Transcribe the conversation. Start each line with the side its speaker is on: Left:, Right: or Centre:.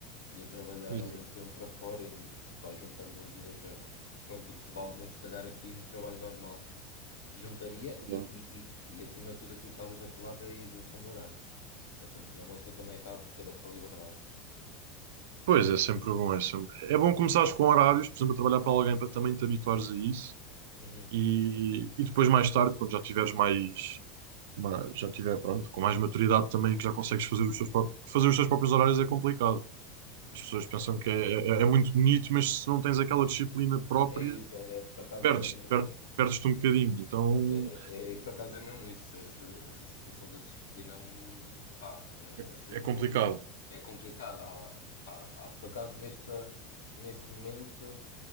Left: e a trabalhar
Right: Exato,
Left: ao mesmo tempo para fora e vai juntando uns dinheiros, já, pronto, o que provavelmente se calhar aqui no trabalho normal juntaria e,
Right: claro.
Left: e, e, e acima de tudo aquilo que estavas a falar da isenção de horário, pensando que não, uma pessoa também acaba por ter essa liberdade.
Right: Pois é, sempre bom, é sempre. É bom começares com horários, por exemplo, a trabalhar para alguém para também te habituares a isso.
Left: Uhum.
Right: E, e depois, mais tarde, quando já tiveres mais mas já tiver, pronto, com mais maturidade também, que já consegues fazer os teus, pró- fazer os teus próprios horários é complicado. As pessoas pensam que é, é, é é muito bonito, mas se não tens aquela disciplina própria,
Left: É isso, é, é- por acaso
Right: perdes,
Left: é, é,
Right: per, perdes-te um bocadinho. Então
Left: É, é, é, é, por acaso é mesmo isso, é essa, essa situação da disciplina é um, pá, é,
Right: é,
Left: é sempre
Right: é complicado.
Left: um, é complicado. Há- pá, há- por acaso nesta, neste momento